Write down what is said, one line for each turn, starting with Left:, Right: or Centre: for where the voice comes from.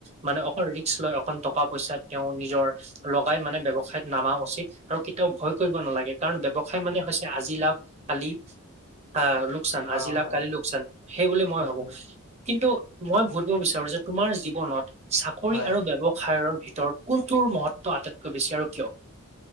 Right: মানে অক ৰিস্ক লয় অকণ টকা পইচা তেওঁ নিজৰ লগাই মানে ব্যৱসায়ত নামা উচিত আৰু কেতিয়াও ভয় কৰিব নালাগে কাৰণ ব্যৱসায় মানে হৈছে আজি লাভ কালি আহ লোকচান আজি
Left: অ
Right: লাভ
Left: হয়
Right: কালি লোকচান সেইবুলি মই
Left: সেইটো
Right: ভাবো। কিন্তু মই ভুধব বিচাৰো যে তোমাৰ জীৱনত চাকৰি
Left: হয়।
Right: আৰু ব্যৱসায়ৰ ভিতৰত কোনটোৰ মহত্ব আটাইতকৈ বেছি আৰু কিয়?